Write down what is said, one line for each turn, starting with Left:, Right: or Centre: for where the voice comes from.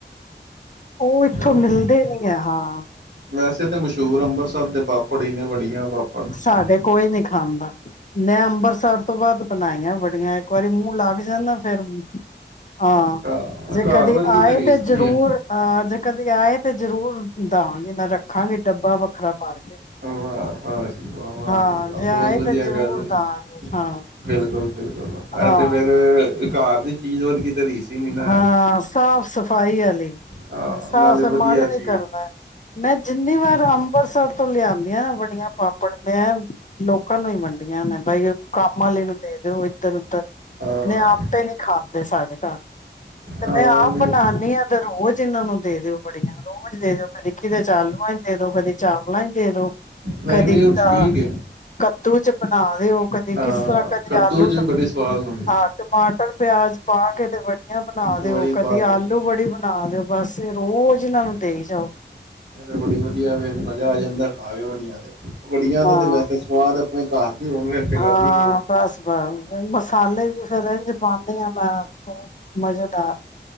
Left: ਉਹ ਇੱਥੋਂ
Right: ਚਲੋ
Left: ਮਿਲਦੇ ਨੀ ਹੈ ਹਾਂ।
Right: ਵੈਸੇ ਤੇ ਮਸ਼ਹੂਰ ਅੰਬਰਸਰ ਦੇ ਪਾਪੜ ਹੀ ਨੇ ਬੜੀਆਂ। <unintelligible>
Left: ਸਾਡੇ ਕੋਈ ਨੀ ਖਾਂਦਾ ਮੈਂ ਅੰਮ੍ਰਿਤਸਰ ਤੋਂ ਬਾਅਦ ਬਣਾਈਆਂ ਵੜੀਆਂ, ਇੱਕ ਵਾਰੀ ਮੂੰਹ ਲੱਗ ਜਾਂਦਾ ਫੇਰ ਹਾਂ।
Right: ਘਾ-
Left: ਜੇ
Right: ਘਰ
Left: ਕਦੇ
Right: ਵਰਗੀ
Left: ਆਏ
Right: ਤਾਂ ਰੀਸ
Left: ਤੇ ਜ਼ਰੂਰ,
Right: ਨਹੀਂ ਹੈ
Left: ਅਹ ਜੇ ਕਦੇ ਆਏ ਤੇ ਜ਼ਰੂਰ ਦਵਾਂਗੀ ਮੈਂ ਰੱਖਾਂਗੀ ਡੱਬਾ ਵੱਖਰਾ ਭਰ ਕੇ
Right: ਵਾਹ ਵਾਹ ਜੀ ਵਾਹ, ਵਾਹ
Left: ਹਾਂ
Right: ਜੀ ਵਾਹ, ਬਹੋਤ
Left: ਜੇ ਆਏ
Right: ਵਧੀਆ
Left: ਤੇ ਜ਼ਰੂਰ
Right: ਗੱਲ ਐ,
Left: ਦਾਂਗੇ ਹਾਂ
Right: ਬਿਲਕੁਲ-ਬਿਲਕੁਲ ਐ
Left: ਹਾਂ
Right: ਤੇ ਫੇਰ ਘਾਰ ਦੀ ਚੀਜ਼ ਵਰਗੀ ਤੇ ਰੀਸ ਹੀ ਨਹੀਂ ਨਾ
Left: ਹਾਂ ਸਾਫ ਸਫ ਸਫਾਈ ਆਲੀ
Right: ਹਾਂ,
Left: ਸਾਸ
Right: ਨਾਲੇ ਵਧੀਆ
Left: ਮਨ
Right: ਚੀਜ਼
Left: ਵੀ ਕਰਦਾ ਮੈਂ ਜਿੰਨੀ ਵਾਰ ਅੰਬਰਸਰ ਤੋਂ ਲਿਆਦੀਆਂ ਵੜੀਆਂ ਪਾਪੜ ਮੈਂ ਲੋਕਾਂ ਨੂੰ ਈ ਵੰਡੀਆਂ ਨੇ ਬਾਈ ਕੰਮ ਆਲੀ ਨੂੰ ਦੇ ਦਿਓ ਇੱਧਰ ਉੱਧਰ
Right: ਹਾਂ
Left: ਨਹੀਂ ਆਪੇ ਨਹੀਂ‌ ਖਾਂਦੇ ਸਾਡੇ ਘਰ ਤੇ
Right: ਹਾਂ
Left: ਮੈਂ ਆਪ
Right: ਨਹੀਂ
Left: ਬਣਾਣੀ ਆ ਤੇ ਰੋਜ਼ ਇਹਨਾਂ ਨੂੰ ਦੇ ਦਿਓ ਬੜੀਆਂ ਰੋਜ਼ ਦੇ ਕਦੀ ਕਿਤੇ ਚ ਆਲੂਆ ਚ ਦੇਦੋ, ਕਦੇ ਚਾਵਲ ਚ ਦੇਦੋ।
Right: ਨਹੀਂ
Left: ਕਦੀ
Right: ਨਹੀਂ ਉਹ
Left: ਤਾਂ
Right: ਠੀਕ ਹੈ
Left: ਕੱਦੂ ਚ ਬਣਾ ਦਿਓ, ਕਦੇ
Right: ਹਾਂ
Left: ਕਿਸ ਤਰ੍ਹਾਂ ਕਦੇ
Right: ਕੱਦੂ
Left: ਆਲੂ
Right: 'ਚ ਵੀ ਬੜੇ ਸਵਾਦ ਹੁੰਦੇ
Left: ਹਾਂ ਟਮਾਟਰ ਪਿਆਜ ਪਾ ਕੇ ਤੇ ਬੜੀ ਬਣਾ
Right: ਬੜੀ
Left: ਦਿਓ, ਕਦੀ
Right: ਪਾ ਦੋ
Left: ਆਲੂ ਬੜੀ ਬਣਾ ਦਿਓ ਬਸ ਰੋਜ਼ ਇਹਨਾਂ
Right: ਇਹ
Left: ਨੂੰ ਦੇਈ ਜਾਓ
Right: ਤੇ ਬੜੀ ਵਧੀਆ ਵੇ, ਮਜਾ ਆ ਜਾਂਦਾ। ਆ ਜਾਯੋ ਬੜੀਆ ਤੇ ਵੜੀਆਂ ਦਾ
Left: ਹਾਂ
Right: ਤੇ ਵੈਸੇ ਸਵਾਦ <inaudible> ਤੇ
Left: ਹਾਂ
Right: ਗੱਲ ਹੀ ਕੋਈ ਨੀ
Left: ਬਸ ਬ ਮਸਾਲੇ ਵੀ ਫੇਰ ਇਝ ਪਾਦੀ ਆ ਮੈਂ ਬੋਤ ਮਜ਼ੇਦਾਰ